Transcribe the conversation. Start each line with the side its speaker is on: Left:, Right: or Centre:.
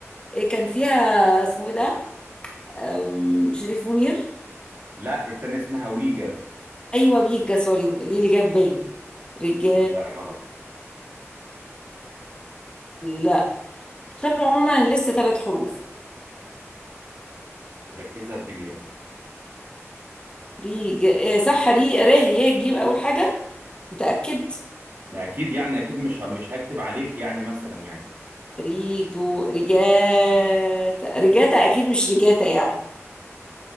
Left: إيه، كان فيها اسمه ايه ده آم، شريف منير
Right: لا التانية اسمها ويجا
Left: ايوه بيجا سوري دي اللي جايه في بالي رجا
Right: لا غلط
Left: لا طب عموما لسه ثلاث حروف
Right: ركزها تجيبيها
Left: ريجا آه، صح ري ره يه جيم اول حاجة متأكد
Right: ده أكيد يعني أكيد مش مش هكدب عليك يعني مثلا يعني
Left: ريجو ريجاتا ريجاتا اكيد مش ريجاتا يعني